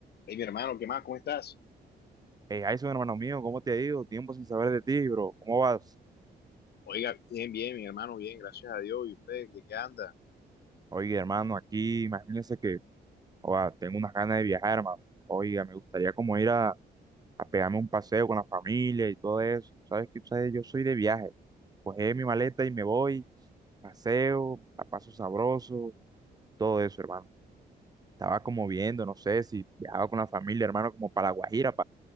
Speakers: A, on the left (about 65°); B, on the right (about 20°).
A: Hey, mi hermano, ¿qué más? ¿Cómo estás?
B: Hey, Jason, hermano mío, ¿cómo te ha ido? Tiempo sin saber de ti, bro. ¿Cómo vas?
A: Oiga, bien, bien, mi hermano, bien, gracias a Dios. ¿Y usted, de qué anda?
B: Oye, hermano, aquí imagínense que oa, tengo unas ganas de viajar, hermano. Oiga, me gustaría como ir a, a pegarme un paseo con la familia y todo eso. ¿Sabes qué? ¿Sabes? Yo soy de viaje. Cogí mi maleta y me voy, paseo, la paso sabroso, todo eso, hermano. Estaba como viendo, no sé si viajaba con la familia, hermano, como para La Guajira,